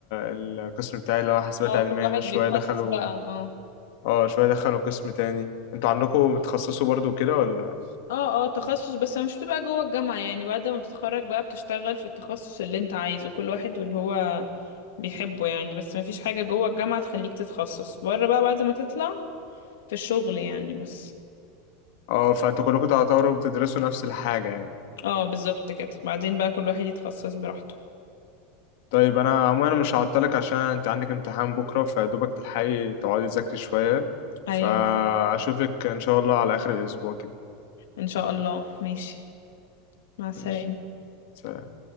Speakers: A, on the left; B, on the left.
A: القسم بتاعي اللي هو حاسبات
B: اه
A: علميه
B: كل واحد
A: ده شويه
B: بيتخصص
A: دخلوا
B: بقى اه
A: اه شويه دخلوا قسم تاني انتوا عندكم بتخصصوا برضو كده ولا
B: اه اه تخصص بس مش بتبقى جوه الجامعة يعني بعد ما بتتخرج بقى بتشتغل في التخصص اللي انت عايزه كل واحد واللي هو بيحبه يعني بس مفيش حاجة جوه الجامعة تخليك تتخصص بره بقى بعد ما تطلع في الشغل يعني بس
A: اه فانتوا كلكم تعتبروا بتدرسوا نفس الحاجه يعني
B: اه بالظبط كده بعدين بقى كل واحد يتخصص براحته
A: طيب انا عموما مش هعطلك عشان انت عندك امتحان بكره فدوبك تلحقي تقعدي تذاكري شويه
B: ايوه
A: فاشوفك ان شاء الله على اخر الاسبوع كده
B: ان شاء الله ماشي مع السلامة
A: ماشي سلام